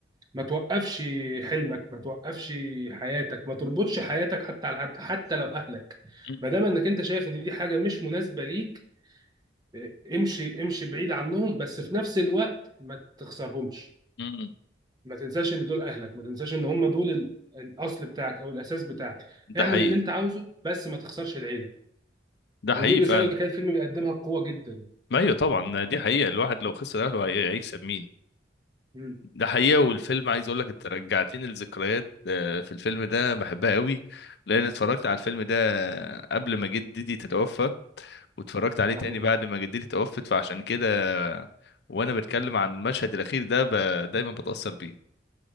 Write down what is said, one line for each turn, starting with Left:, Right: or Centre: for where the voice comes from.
Right: ما توقفش حلمك ما توقفش حياتك ما تربطش حياتك حتى على حد حتى لو اهلك
Left: مم،
Right: ما دام انك انت شايف ان دي حاجه مش مناسبه ليك اه، امشي امشي بعيد عنهم بس في نفس الوقت ما تخسرهمش
Left: مم، مم.
Right: ما تنساش ان دول اهلك ما تنساش ان هم دول ال- الاصل بتاعك او الاساس بتاعك
Left: ده
Right: اعمل
Left: حقيقي
Right: اللي انت عاوزه بس ما تخسرش العيله
Left: ده
Right: ودي
Left: حقيقي
Right: الرساله
Left: فعلا
Right: اللي كان الفيلم بيقدمها بقوه جدا
Left: ما ايوه طبعا دي حقيقة الواحد لو خسر اهله هي- هيكسب مين
Right: مم.
Left: ده حقيقة والفيلم عايز اقول لك انت رجعتني لذكريات آه، في الفيلم ده بحبها قوي لان اتفرجت على الفيلم ده قبل ما جدتي تتوفى واتفرجت عليه
Right: رحمه
Left: تاني بعد
Right: الله
Left: ما جدتي توفت فعشان كده وانا بتكلم
Right: مم.
Left: عن المشهد الاخير ده ب... دايما بتأثر بيه